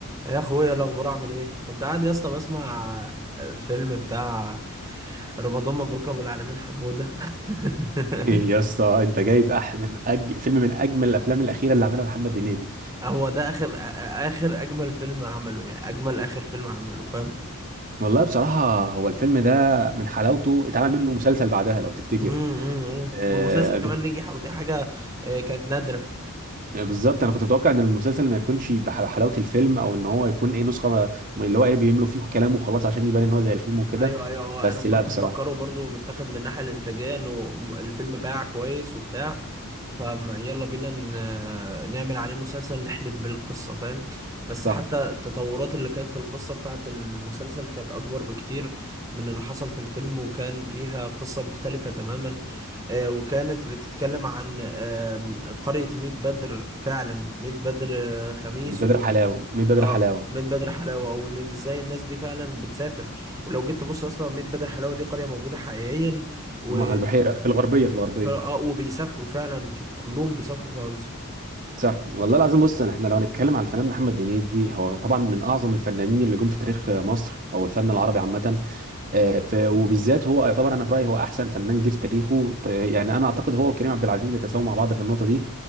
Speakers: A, on the right (about 15°); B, on the right (about 40°).
A: يا اخويا إيه الاخبار عامل ايه كنت قاعد يا اسطى بسمع فيلم بتاع رمضان مبروك ابو العالمين حمودة <laughs>
B: يا اسطى انت جايب أح من أج... فيلم من اجمل الافلام الاخيره اللي عملها محمد هنيدي
A: هو ده اخر اخر اجمل فيلم عمله يعني اجمل اخر فيلم عمله فاهم
B: والله بصراحه هو الفيلم ده من حلاوته اتعمل منه مسلسل بعدها لو تفتكر
A: أمم، أمم، أمم.
B: آه
A: والمسلسل كمان
B: بت...
A: نجح ودي حاجة آه، كانت نادرة
B: بالظبط انا كنت متوقع ان المسلسل ما يكونش بح- بحلاوه الفيلم او ان هو يكون ايه نسخه ما- اللي هو ايه بيملوا فيه كلام وخلاص عشان يبان ان هو زي الفيلم وكده
A: ايوه ايوه هو انا
B: بس
A: كنت
B: لا بصراحه
A: مفكره برضو متاخد من الناحيه الانتاجيه انه م- الفيلم باع كويس وبتاع فيلا بينا ن- نعمل عليه مسلسل نحلب بالقصه فاهم بس
B: صح
A: حتى التطورات اللي كانت في القصه بتاعه المسلسل كانت اكبر بكتير من اللي حصل في الفيلم وكان فيها قصه مختلفه تماما آه، وكانت بتتكلم عن آم، قريه ميت بدر فعلا ميت بدر آه، خميس
B: من بدر حلاوه من بدر
A: اه
B: حلاوه
A: ميت بدر حلاوه وان ازاي الناس دي فعلا بتسافر ولو جيت تبص اصلا ميت بدر حلاوه دي قريه موجوده حقيقيا و
B: هم- البحيره في الغربيه في الغربيه
A: ف... آه وبيسافروا فعلا كت- كلهم بيسافروا فرنسا
B: صح والله العظيم
A: مم.
B: بص احنا لو هنتكلم على الفنان محمد هنيدي هو طبعا من اعظم الفنانين اللي جم في تاريخ مصر او الفن العربي عامه آه، ف- وبالذات هو يعتبر انا في رايي هو احسن فنان جه في تاريخه ط- يعني انا اعتقد هو وكريم عبد العزيز بيتساووا مع بعض في النقطه دي